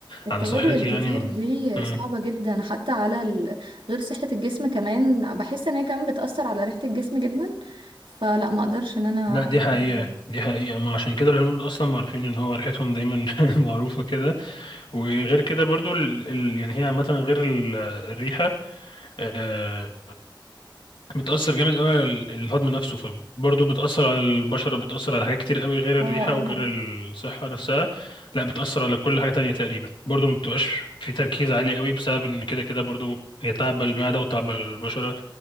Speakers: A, on the right; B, on the left.
A: التوابل
B: عن صحتي
A: الكتير
B: يعني و...
A: دي
B: مم.
A: صعبة جدا حتى على ال... غير صحة الجسم كمان بحس ان هي كمان بتأثر على ريحة الجسم جدا فلا ما اقدرش ان انا
B: لا دي
A: اكل
B: حقيقة
A: الحاجات دي.
B: دي حقيقة ما عشان كده الهنود أصلا معروفين إن هو ريحتهم دايما <laughs> معروفة كده وغير كده برضو ال... ال... يعني هي عامة غير ال... الريحة آه، بتأثر جامد قوي على ال- الهضم نفسه فبرضه بتأثر على البشرة بتأثر على حاجات كتير قوي غير الريحة
A: اه
B: وغير
A: اه
B: الصحة نفسها لا بتأثر على كل حاجة تانية تقريبا برضه ما بتبقاش في تركيز عالي قوي بسبب ان كده كده برضه هي تعب المعدة وتعب البشرة